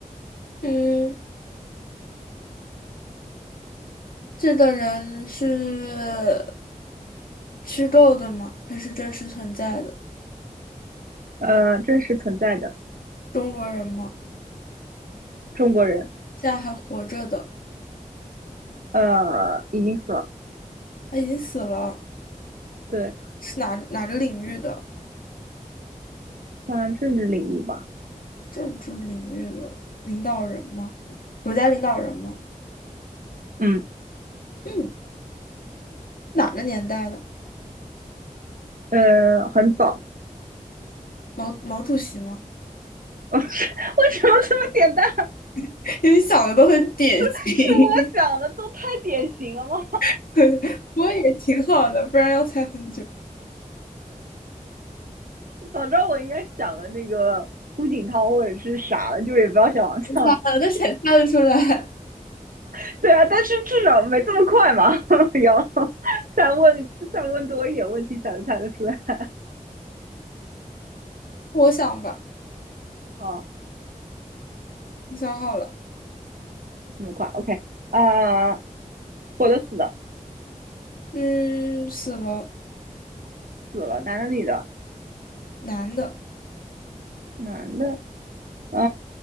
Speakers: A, on the left; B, on the right.
A: 嗯，这个人是虚构的吗？还是真实存在的？
B: 呃，真实存在的
A: 中国人吗？
B: 中国人，
A: 现在还活着的？
B: 呃，已经死了。
A: 他已经死了。
B: 对，
A: 是哪哪个领域的？
B: 算政治领域吧。
A: 政治领域的领导人吗？国家领导人吗？
B: 嗯，
A: 嗯，哪个年代的？
B: 呃，很早。
A: 毛毛主席吗？
B: <laughs> 为什么这么简单？
A: <laughs> 因为想的都很典型，
B: 是是我想的，都太典型了吗？
A: <laughs> 对，不过也挺好的，不然要猜很久。
B: 早知道我应该想了那个胡锦涛或者是啥了，就也不要想这样。
A: 猜了，那谁猜得出来？
B: <laughs> 对啊，但是至少没这么快嘛，<laughs> 要再问再问多一点问题才能猜得出来。<laughs>
A: <laughs> 我想吧，
B: 哦，
A: 我想好了，
B: 这么快，OK 啊、呃活的死的，
A: 嗯，死了，
B: 死了，男的女的，
A: 男的，
B: 男的，嗯、